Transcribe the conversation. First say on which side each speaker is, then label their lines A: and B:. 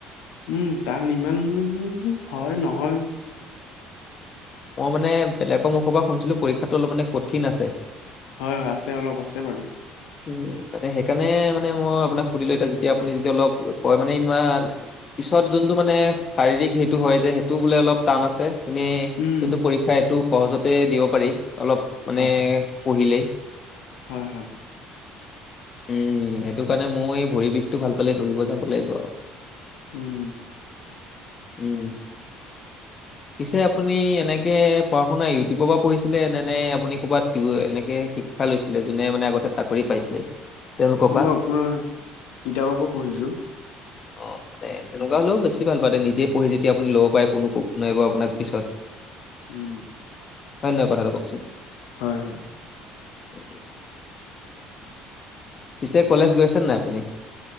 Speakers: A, on the left (about 65°); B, on the left (about 40°).
A: উম, টান ইমান হয় নহয়।
B: মই মানে বেলেগৰ মুখৰ পৰা শুনিছিলোঁ, পৰীক্ষাটো অলপ মানে কঠিন আছে।
A: হয়, হয় আছে অলপ আছে বাৰু।
B: উম, মানে সেইকাৰণে মানে মই আপোনাক সুধিলোঁ এতিয়া যেতিয়া আপুনি যেতিয়া অলপ কয় মানে ইমান পিছত যোনটো মানে শাৰীৰিক সেইটো হয় যে, সেইটোও বোলে অলপ টান আছে। এনেই
A: উম,
B: যোনটো পৰীক্ষা এইটো সহজতে দিব পাৰি। অলপ মানে
A: হয়,
B: পঢ়িলে
A: হয় হয়।
B: উম সেইটো কাৰণে মই ভৰি বিষটো ভাল পালে দৌৰিব যাব লাগিব আৰু।
A: উম।
B: উম। পিছে আপুনি এনেকে পঢ়া শুনা ইউটিউবৰ পৰা পঢ়িছিলে? নে নে আপুনি ক'বাত ইও এনেকে শিক্ষা লৈছিলে? যোনে মানে আগতে চাকৰি পাইছে তেওঁলোকৰ পৰা
A: মই আপোনাৰ কিতাপৰ পৰা পঢ়িছো।
B: অ'। মানে তেনেকুৱা হ'লেও বেছি ভাল। মানে নিজে পঢ়ি যেতিয়া আপুনি ল'ব পাৰে, কোনো কো নাইবা আপোনাক পিছত
A: উম।
B: হয় নই কথাটো কওকচোন?
A: হয় হয়।
B: উ <unintelligible> পিছে কলেজ গৈছে নাই আপুনি?